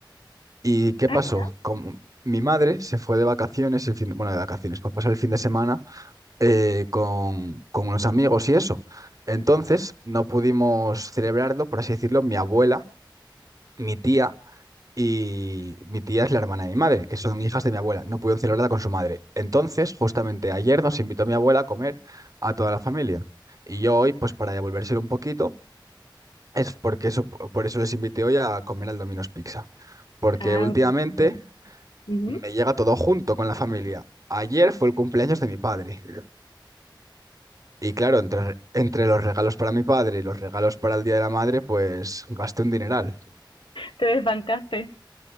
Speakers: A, on the right (about 45°); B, on the left (about 80°).
A: ¿Y qué
B: Ah,
A: pasó?
B: ya.
A: Como mi madre se fue de vacaciones, el fin, bueno, de vacaciones, para pasar el fin de semana eh, con, con unos amigos y eso. Entonces no pudimos celebrarlo, por así decirlo, mi abuela, mi tía y mi tía es la hermana de mi madre, que son hijas de mi abuela. No pudieron celebrarla con su madre. Entonces, justamente ayer nos invitó mi abuela a comer a toda la familia. Y yo hoy, pues para devolvérselo un poquito, es porque eso, por eso les invité hoy a comer al Domino's Pizza. Porque
B: Ah,
A: últimamente
B: un intercambio. Ujú.
A: me llega todo junto con la familia. Ayer fue el cumpleaños de mi padre. Y claro, entre, entre los regalos para mi padre y los regalos para el Día de la Madre, pues gasté un dineral.
B: Te desbancaste.